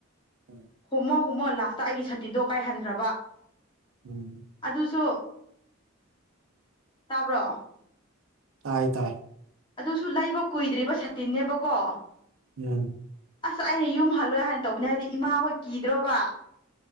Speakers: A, on the right; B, on the left.
A: ꯎꯝ
B: ꯍꯨꯝꯃꯥ ꯍꯨꯝꯃꯥ ꯂꯥꯁꯇꯥ ꯑꯩꯒꯤ ꯁꯥꯇꯤꯟꯗꯣ ꯀꯥꯏꯍꯟꯈ꯭ꯔꯕꯥ
A: ꯎꯝ
B: ꯑꯗꯨꯁꯨ ꯇꯥꯕ꯭ꯔꯣ
A: ꯇꯥꯏ ꯇꯥꯏ
B: ꯑꯗꯨꯁꯨ ꯂꯩꯕ ꯀꯨꯏꯗ꯭ꯔꯤꯕ ꯁꯇꯤꯟꯅꯦꯕꯀꯣ
A: ꯎꯝ
B: ꯑꯁ ꯑꯩ ꯌꯨꯝ ꯍꯜꯂꯣꯏ ꯍꯥꯏꯅ ꯇꯧꯕꯅꯦ ꯍꯥꯏꯗꯤ ꯏꯃꯥ ꯍꯣꯏ ꯀꯤꯗ꯭ꯔꯣꯕꯥ